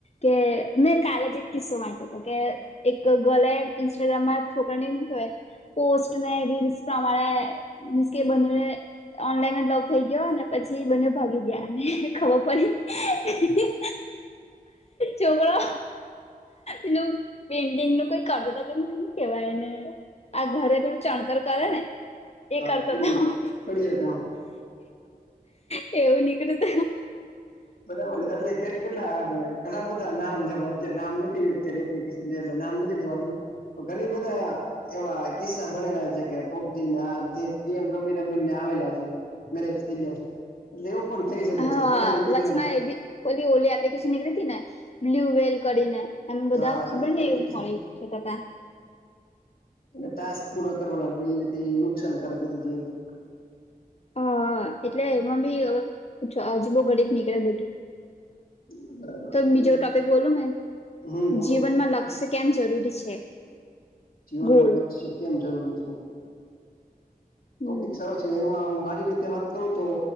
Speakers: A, on the left; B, on the left.
A: કે મેં કાલે જ એક કિસ્સો વાંચ્યો હતો કે એક ગર્લે ઇન્સ્ટાગ્રામમાં છોકરાને કહે. પોસ્ટને રીલ્સ પ્રમાણે મીન્સ કે બંનેને ઓનલાઈન મતલબ થઈ ગયો અને પછી બને ભાગી ગયા ખબર પડી. ચોગરો. એલું પેઇન્ટિંગ નું કઈ કરતો ત ત કેમ કેવાયને. આ ઘરે બેધું ચણતર કરે ને એ
B: હા
A: કરતો
B: કડીએ
A: હતો હું.
B: કડીએ કામ
A: એવું નીકળું ત.
B: બરાબર છે એટલે કેટ કેટલા ઘણા બધા નામ છે અત નામ નથી અત્યારે એપ્ક એટ નામ નથી લેવા, આવું પણ ઘણી બધા એવા કિસ્સા બનેલા છે કે પબજી ના જે ગેમ રમી-રમીને આવેલા છે મેરેજ થઇ ગયા છે. એટલે એવું પણ થઈ શકે છે
A: હા.
B: ઘણા મેં કીધું
A: વચમાં
B: એમ
A: એ ભી પેલી ઓલી એપ્લિકેશન નીકળી તી ને, બ્લુ વહેલ કરીને. એમ બધા
B: હા
A: ખબર નહીં
B: એપ્લિકેશન
A: મરી જતા તા.
B: એટલે ટાસ્ક પૂરા કરવાના હતા, ઈ રીતે ઈ નુકસાનકારક હતી જે હતી ઈ.
A: હા. એટલે એમાં બી જ અજીબો ગરીબ નીકળે બધું.
B: જે બરાબર
A: તો
B: છે એટલે
A: બીજો ટોપિક બોલું ને?
B: હમ બોલો
A: જીવનમાં
B: બોલો
A: લક્ષ્ય કેમ જરૂરી છે?
B: જીવનમાં
A: ગોલ
B: લક્ષ્ય કેમ જરૂરી છે? ટોપિક
A: હમ
B: સારો છે. એમાં હું મારી રીતે વાત કરું તો